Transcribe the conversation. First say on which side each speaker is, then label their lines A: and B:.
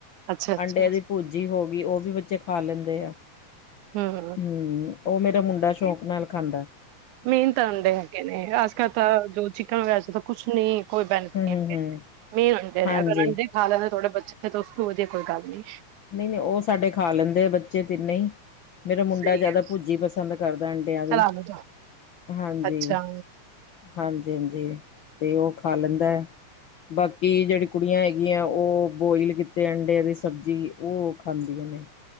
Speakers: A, on the right (about 80°); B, on the left (about 65°).
A: ਅੱਛਾ ਅੱਛਾ
B: ਅੰਡੇ ਦੀ ਭੂਜੀ ਹੋ ਗਈ ਉਹ ਵੀ ਬੱਚੇ ਖਾ ਲੈਦੇ ਆ।
A: ਹੂੰ- ਹੂੰ।
B: ਹੂੰ ਉਹ ਮੇਰਾ ਮੁੰਡਾ ਸ਼ੋਕ ਨਾਲ ਖਾਦਾ।
A: ਮੈਨ ਤਾ ਅੱਡੇ ਹੈਗੇ ਨੇ ਅੱਜ-ਕੱਲ ਤਾਂ ਜੋ ਚਿਕਨ ਵਗੈਰਾ ਤਾਂ ਕੁਛ ਨੀ ਕੋਈ ਬੈਨਫਿਟ-
B: ਹੂੰ-ਹੂੰ-ਹੂੰ,
A: ਮੇਨ ਅੰਡੇ
B: ਹਾਂਜੀ।
A: ਨੇ ਅਗਰ ਅੰਡੇ ਖਾ ਲੈਦੇ ਥੋੜੇ ਬੱਚੇ ਤਾਂ ਉਸ ਵਧੀਆ ਕੋਈ ਗੱਲ ਨੀ।
B: ਨਈ-ਨਈ ਉਹ ਸਾਡੇ ਖਾ ਲੈਦੇ ਆ ਬੱਚੇ ਤਿੰਨੇ ਹੀ ਮੇਰਾ ਮੁੰਡਾ
A: ਸਹੀ
B: ਜਿਆਦਾ
A: ਹੈ
B: ਭੁੱਜੀ ਪਸੰਦ ਕਰਦਾ ਅੰਡਿਆਂ ਦੀ,
A: ਚਲਾ ਲੋ ਜਾ।
B: ਹਾਂਜੀ,
A: ਅੱਛਾ
B: ਹਾਂਜੀ ਹਾਂਜੀ, ਤੇ ਉਹ ਖਾ ਲੈਦਾ ਐ। ਬਾਕੀ ਜਿਹੜੀ ਕੁੜੀਆਂ ਹੈਗੀਆਂ ਉਹ ਬੋਇਲ ਕੀਤੇ ਅੰਡਿਆਂ ਦੀ ਸਬਜੀ ਓ ਉਹ ਖਾਂਦੀਆਂ ਨੇ-